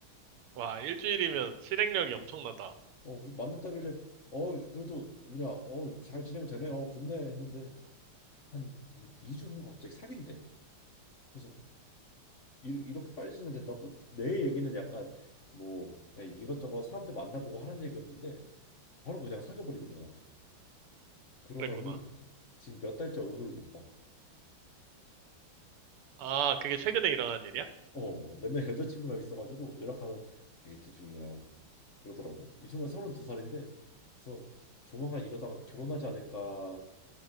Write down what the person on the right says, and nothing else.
와, 일주일이면 실행력이 엄청나다.
그랬구나.
아, 그게 최근에 일어난 일이야?